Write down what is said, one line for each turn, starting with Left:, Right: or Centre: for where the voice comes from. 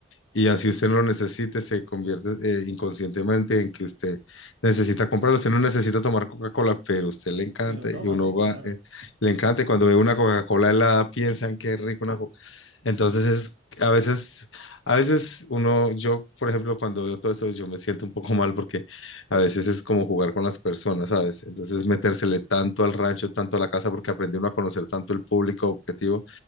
Left: Y así usted no lo necesite, se convierte eh, inconscientemente en que usted necesita comprarlo. Usted no necesita tomar Coca-Cola, pero a usted le encanta
Right: Pero toma,
Left: y uno
Right: sí, claro.
Left: va, eh, le encanta. Y cuando ve una Coca-Cola helada, piensan qué rico una Coca. Entonces es, a veces, a veces uno, yo, por ejemplo, cuando veo todo eso, yo me siento un poco <laughs> mal porque a veces es como jugar con las personas, ¿sabes? Entonces metérsele tanto al rancho, tanto a la casa, porque aprende uno a conocer tanto el público objetivo